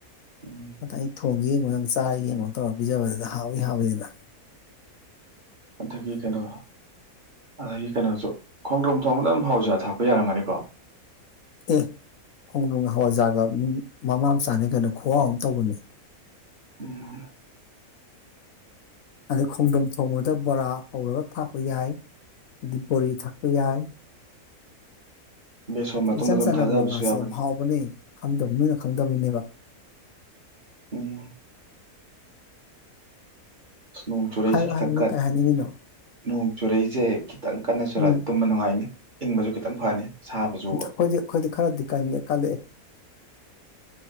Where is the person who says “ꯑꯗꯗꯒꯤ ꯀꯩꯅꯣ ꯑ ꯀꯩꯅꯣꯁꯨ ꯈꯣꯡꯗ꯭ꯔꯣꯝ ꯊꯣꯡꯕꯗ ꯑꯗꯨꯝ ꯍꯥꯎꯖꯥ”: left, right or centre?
Right